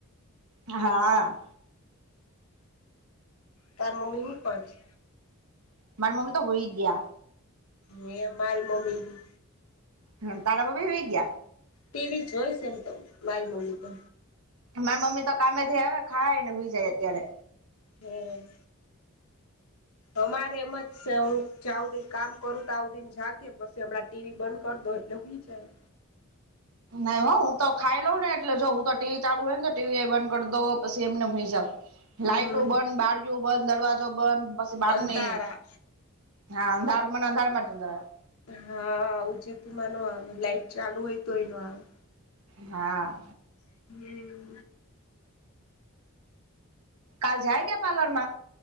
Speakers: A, on the right (about 80°); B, on the left (about 80°).
A: હા
B: તારા મમ્મી હું કરે-
A: મારા મમ્મી તો સુઈ ગયા,
B: મેં મારી મમ્મીનું
A: હ તારા મમ્મી હુઈ ગયા,
B: ટીવી જોઈ સ એમ તો, મારી મમ્મી તો.
A: મારી મમ્મી તો કામેથી આવે, ખાય ને હુઈ જાય અત્યારે.
B: હમ અમારે મત છે હ- જયા હુદી કામ કરું ત્યાં સુધી જાગે પછી હમણાં ટીવી બંધ કરી દો એટલે હુઈ જાય,
A: નાહી હો હું તો ખાઈ લઉં ને એટલે જઉં ટીવી ચાલુ હોય ને ટીવી એ બંધ કરી દો પછી એમનેમ સુઈ જાવ,
B: હમ
A: લાઈટો બંધ બાળિયું બંધ દરવાજો બંધ પછી બાર
B: અંધારા
A: ની- હા અંધારું મને અંધારા માંજ નીંદર આવે-
B: હા, આવુંજતુંમાં નો આવે લાઈટ ચાલુ હોય તોય નો આવે,
A: હા,
B: <unintelligible>
A: કાલ જાય કે પાર્લર માં?